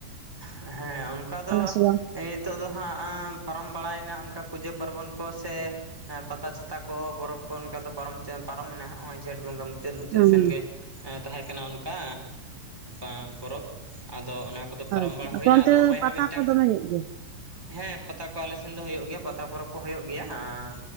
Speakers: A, in the centre; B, on the right.
A: ᱦᱮᱸ ᱚᱱᱠᱟ ᱫᱚᱼ
B: ᱥᱮ ᱵᱟᱝ?
A: ᱮᱸ ᱱᱤᱛᱚᱜ ᱫᱚ ᱦᱟᱸᱜ, ᱯᱟᱨᱚᱢ ᱵᱟᱲᱟᱭᱮᱱᱟ ᱚᱱᱠᱟ ᱯᱩᱡᱟᱹ ᱯᱟᱨᱵᱚᱱ ᱠᱚ ᱥᱮᱼᱼ ᱦᱮᱸ ᱯᱟᱛᱟ-ᱪᱷᱟᱛᱟ ᱠᱚ ᱯᱚᱨᱚᱵᱽ ᱠᱚ ᱚᱱᱠᱟ ᱫᱚ ᱯᱟᱨᱚᱢ ᱪᱮ ᱯᱟᱨᱚᱢᱮᱱᱟ ᱦᱟᱸᱜ ᱦᱚᱜᱼᱚᱭ ᱡᱷᱮᱸᱴ ᱵᱚᱸᱜᱟ᱾ ᱡᱟᱹᱛ ᱢᱩᱪᱟᱹᱫ
B: ᱦᱩᱸ
A: ᱥᱮᱱᱜᱮ
B: ᱦᱩᱸ᱾
A: ᱛᱟᱦᱮᱸᱠᱟᱱᱟ ᱚᱱᱠᱟ ᱟᱻ ᱯᱚᱨᱚᱵᱽ ᱟᱫᱚ ᱚᱱᱟᱼᱼ ᱠᱚᱫᱚ ᱯᱟᱨᱚᱢ
B: ᱟᱪᱪᱷᱟ
A: ᱵᱟᱲᱟ ᱦᱩᱭᱱᱟ,
B: ᱟᱯᱮ ᱚᱱᱛᱮ
A: ᱟᱫᱚ ᱦᱚᱜᱼᱚᱭ
B: ᱫᱚ
A: ᱦᱟᱸᱜ
B: ᱯᱟᱛᱟ
A: ᱢᱤᱫᱴᱟᱝᱼᱼ
B: ᱠᱚ ᱫᱚᱢᱮ ᱦᱩᱭᱩᱜ ᱜᱮᱭᱟ?
A: ᱦᱮᱸ ᱯᱟᱛᱟ ᱠᱚ ᱟᱞᱮ ᱥᱮᱱ ᱫᱚ ᱦᱩᱭᱩᱜ ᱜᱮᱭᱟ ᱯᱟᱛᱟ ᱯᱚᱨᱚᱵᱽ ᱠᱚ ᱦᱩᱭᱩᱜ ᱜᱮᱭᱟ ᱟᱸᱻ